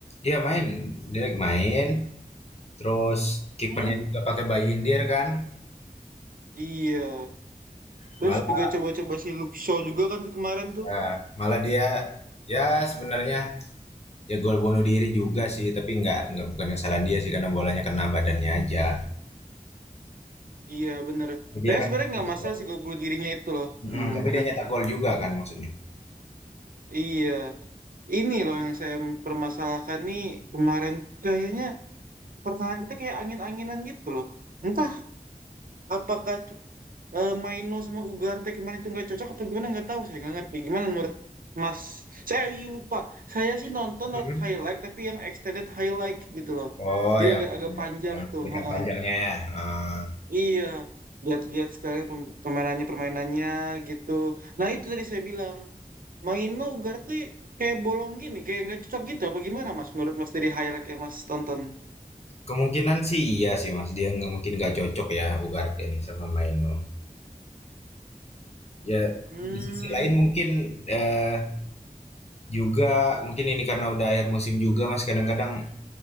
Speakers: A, on the left; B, on the right.
A: Iya main, Dirk main. Terus kipernya
B: Hmm.
A: juga pakai Bayindir kan.
B: Iya. Terus
A: Malah
B: juga coba-coba si Luke Shaw juga kan tuh kemarin tuh.
A: ya, malah dia ya sebenarnya ya gol bunuh diri juga sih, tapi nggak nggak bukan kesalahan dia sih karena bolanya kena badannya aja.
B: Iya, bener.
A: Tapi dia
B: Saya sebenarnya
A: kan cetak
B: nggak masalah
A: gol.
B: sih gol bunuh dirinya itu loh.
A: Mm,
B: Hmm.
A: tapi dia nyetak gol juga kan maksudnya.
B: Iya. Ini loh yang saya permasalahkan nih kemarin kayaknya pertahanan kita kayak angin-anginan gitu loh. Entah apakah eh, Maino sama Ugarte kemarin itu nggak cocok apa gimana nggak tahu saya nggak ngerti gimana menurut Mas saya lupa saya sih nonton
A: Mhm.
B: not highlight tapi yang extended highlight gitu loh
A: Oh,
B: jadi
A: yang
B: agak agak panjang
A: yang
B: tuh
A: berikan
B: heeh.
A: panjangnya ya. Ah.
B: iya lihat-lihat sekarang pem- permainannya permainannya gitu nah itu tadi saya bilang Maino Ugarte kayak bolong gini kayak nggak cocok gitu apa gimana Mas menurut Mas dari highlight yang Mas tonton
A: Kemungkinan sih iya sih Mas, dia nggak mungkin nggak cocok ya Ugarte nih sama Maino. Ya
B: hmm
A: di sisi lain mungkin eh, juga mungkin ini karena udah akhir musim juga Mas, kadang-kadang